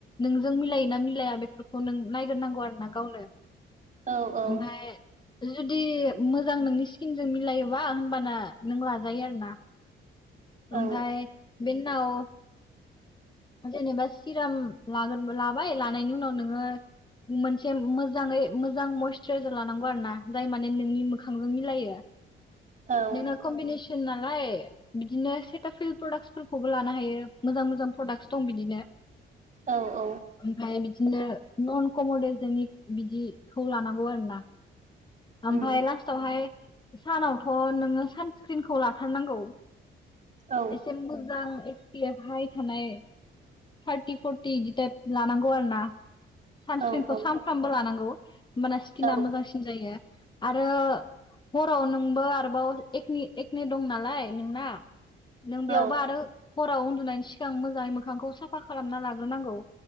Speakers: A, on the left; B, on the right.
A: नोंजों मिलायो ना मिलाया बेफोरखौ नों नायग्रनांगौ आरो ना गावनो
B: औ औ
A: ओमफ्राय जुदि मोजां नोंनि स्किनजों मिलायोबा होनबाना नों लाजायो आरो ना ओमफ्राय
B: औ
A: बेननाव जेनेबा सिराम लागोर लाबाय लानायनि उनाव नोङो मोनसे मोजाङै मोजां मयस्चोराइजार लानांगौ आरो ना जाय माने नोंनि मोखांजों मिलायो
B: औ
A: नोंना कमबेनेस नालाय बिदिनो सेटाफिल प्रडाक्सफोरखौबो लानो हायो मोजां मोजां प्रडाक्ट दं बिदिनो
B: औ औ
A: ओमफ्राय बिदिनो नन कमरडेल जोंनि बिदिखौ लानांगौ आरो ना
B: उम
A: ओमफ्राय लास्टआवहाय सानावथ' नोङो सानस्क्रिनखौ लाथारनांगौ
B: औ
A: एसे मोजां एस पि एप हाय थानाय थार्टि फर्टि बिदि टाइप लानांगौ आरो ना सानस्क्रिनखौ
B: औ औ
A: सानफ्रामबो लानांगौ माने स्किना
B: औ
A: मोजांसिन जायो आरो हराव नोंबो आरोबाव एक एकनि दं नालाय नोंना नों
B: औ
A: बेयावबो आरो हराव उन्दुनायनि सिगां मोजाङै मोखांखौ साफा खालामना लाग्रोनांगौ